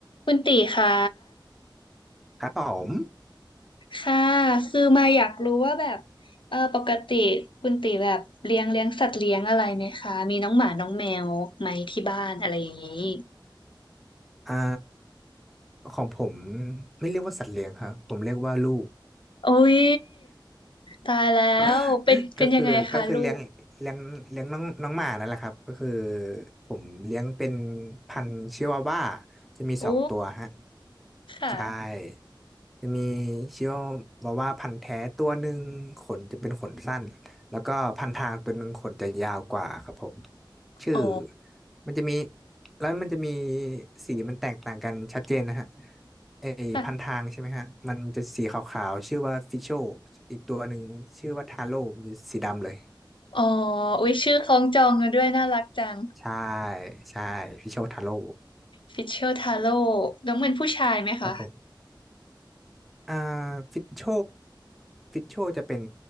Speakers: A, on the left; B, in the centre.
A: คุณตีคะ
B: ครับผม
A: ค่ะ คือมาอยากรู้ว่าแบบเออปกติคุณตีแบบเลี้ยงเลี้ยงสัตว์เลี้ยงอะไรไหมคะ มีน้องหมาน้องแมวไหมที่บ้านอะไรอย่างนี้
B: อ่าของผมไม่เรียกว่าสัตว์เลี้ยงครับ ผมเรียกว่าลูก
A: โอ้ยตายแล้วเป็นเป็นยังไงคะลูก
B: <laughs> ก็คือก็คือเลี้ยงเลี้ยงเลี้ยงน้องน้องหมานั่นแหละครับ ก็คือผมเลี้ยงเป็นพันธุ์ชิวาว่าจะมีสองตัวฮะ
A: โอ้ค่ะ
B: ใช่จะมีชิวาวาว่าพันธุ์แท้ตัวหนึ่งขนจะเป็นขนสั้นแล้วก็พันทางตัวหนึ่งขนจะยาวกว่าครับผมชื่อ
A: อ๋อ
B: มันจะมีแล้วมันจะมีสีมันแตกต่างกันชัดเจนนะฮะไอพันทางใช่ไหมฮะมันจะสีขาวๆชื่อว่าฟิโช
A: ค่ะ
B: อีกตัวหนึ่งชื่อว่าทาโร่มันจะสีดำเลย
A: อ๋ออุ้ยชื่อคล้องจองกันด้วยน่ารักจัง
B: ใช่ใช่ฟิโชทาโร่
A: ฟิชเชอร์ทาโร่น้องเป็นผู้ชายไหมคะ
B: ครับผม อ่าฟิตโชฟิตโชจะเป็น